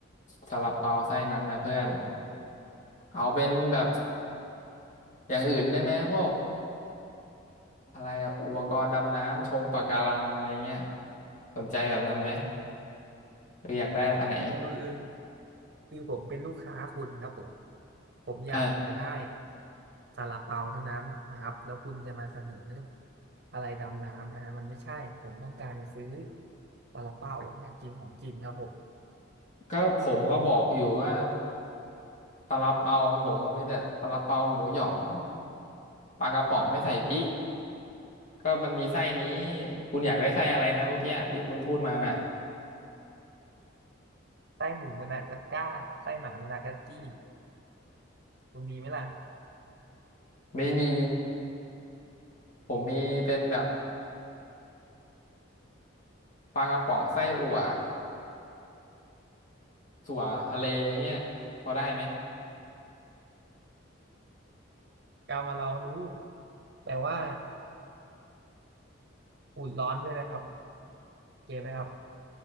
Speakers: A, on the left (about 40°); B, on the right (about 55°).
A: ซาลาเปาไส้นั้นนะเพื่อนเอาเป็นแบบอย่างอื่นได้ไหมพวกอะไรอะอุปกรณ์ดำน้ำชมปะการังอะไรเงี้ยสนใจแบบนั้นไหมหรืออยากได้อันไหน
B: คือคือผมเป็นลูกค้าคุณครับผมผมอยากจะได้
A: เออ
B: ซาลาเปาเท่านั้นนะครับแล้วคุณจะมาเสนออะไรดำน้ำนะฮะมันไม่ใช่ผมต้องการจะซื้อซาลาเปาอยากกินของกินครับผม
A: ก็ผมก็บอกอยู่ว่าซาลาเปาของผมมันมีแต่ซาลาเปาหมูหยองปลากระป๋องไม่ใส่พริกก็มันมีไส้นี้คุณอยากได้ไส้อะไรนะเมื่อกี้ที่คุณพูดมาน่ะ
B: ไส้หมูมะนากาก้าไส้หมามะนากาจี้คุณมีไหมล่ะ
A: ไม่มีผมมีเป็นแบบปลากระป๋องไส้อั่วสั่วทะเลเงี้ยพอได้ไหม
B: กามาลองดูแต่ว่าอุ่นร้อนด้วยนะครับโอเคไหมครับ